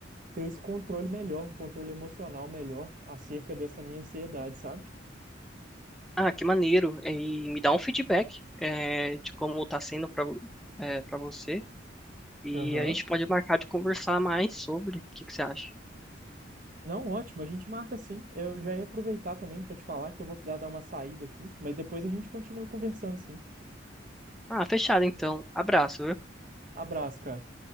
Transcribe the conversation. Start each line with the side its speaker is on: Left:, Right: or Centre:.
Right: ter esse controle melhor, um controle emocional melhor acerca dessa minha ansiedade, sabe?
Centre: Ah, que maneiro. E me dá um feedback, é, de como tá sendo pra, vo- é, pra você. E
Right: Aham.
Centre: a gente pode marcar de conversar mais sobre. O que que você acha?
Right: Não, ótimo, a gente marca sim. Eu já ia aproveitar também para te falar que eu vou precisar dar uma saída aqui, mas depois a gente continua conversando sim.
Centre: Ah, fechado então. Abraço, viu?
Right: Abraço, cara.